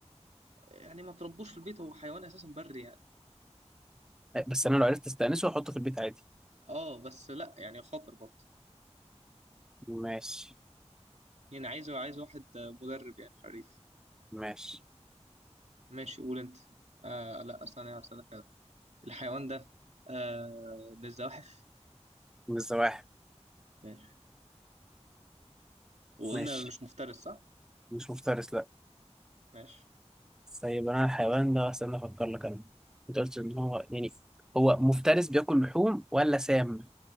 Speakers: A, on the right; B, in the centre.
A: يعني ما تربوش في البيت هو حيوان اساسا بري يعني
B: آه، بس انا لو عرفت استأنسه واحطه في البيت عادي
A: اه بس لا يعني خطر برضه
B: ماشي
A: يعني عايز عايز واحد آه، مدرب يعني حريف
B: ماشي
A: ماشي قول انت آه لا استنى هسألك كده الحيوان ده آه من الزواحف
B: من الزواحف
A: ماشي وقلنا
B: ماشي
A: مش مفترس صح
B: مش مفترس لا
A: ماشي
B: طيب انا الحيوان ده استنى افكر لك انا انت قلت ان هو يعني هو مفترس بياكل لحوم ولا سام